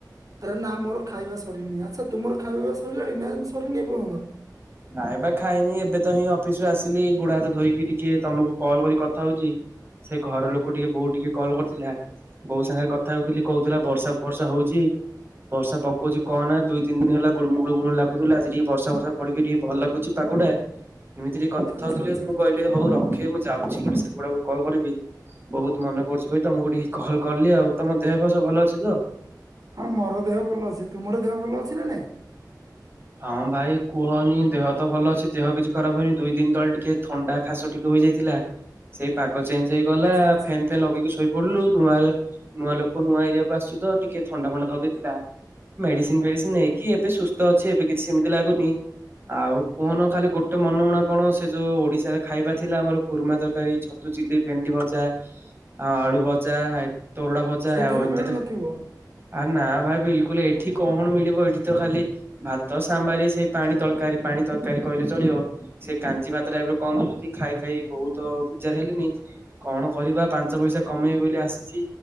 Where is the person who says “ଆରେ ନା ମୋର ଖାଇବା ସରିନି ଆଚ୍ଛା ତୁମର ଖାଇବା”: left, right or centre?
Right